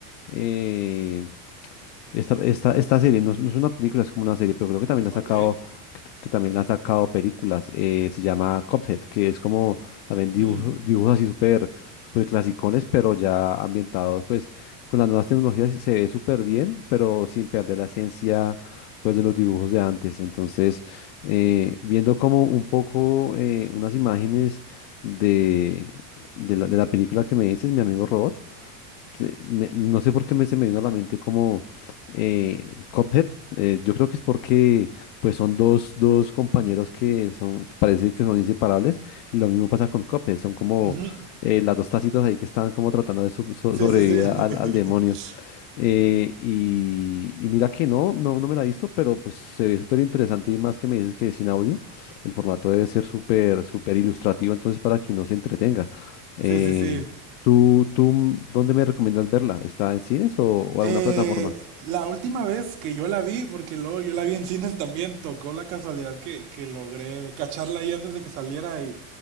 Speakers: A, on the left (about 75°); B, on the right (about 80°).
A: eh, esta, esta, esta serie no es, no es una película, es como una serie, pero creo que
B: <laughs>
A: también la ha
B: Ok.
A: sacado, que, que también la han sacado películas. eh, se llama Cuphead, que es como también dibujo-
B: Mm,
A: dibujos así súper súper clasicones, pero ya ambientados, pues con las nuevas tecnologías se ve súper bien, pero sin perder la esencia, pues de los dibujos de antes. Entonces, eh, viendo como un poco eh, unas imágenes de, de la, de la película que me dices, mi amigo Robot se- me- no sé por qué me, se me vino a la mente como eh, Cuphead. eh, yo creo que es porque pues son dos, dos compañeros que son, parece que son inseparables y lo mismo pasa con Cuphead. Son como
B: ujú.
A: eh, las dos tacitas ahí que están como tratando de sub- so-
B: Sí,
A: sobrevivir
B: sí, sí.
A: al, al demonio.
B: <laughs>
A: Eh, y, y mira que no, no, no me la he visto, pero pues se ve súper interesante y más que me dices que es sin audio, el formato debe ser súper, súper ilustrativo, entonces para que uno se entretenga. Eh,
B: Sí, sí, sí.
A: ¿tú, tú, mm, dónde me recomiendas verla? ¿Está en cines o, o
B: Eh,
A: alguna plataforma?
B: la última vez que yo la vi, porque luego yo la vi en cines también, tocó la casualidad que, que logré cacharla ahí antes de que saliera y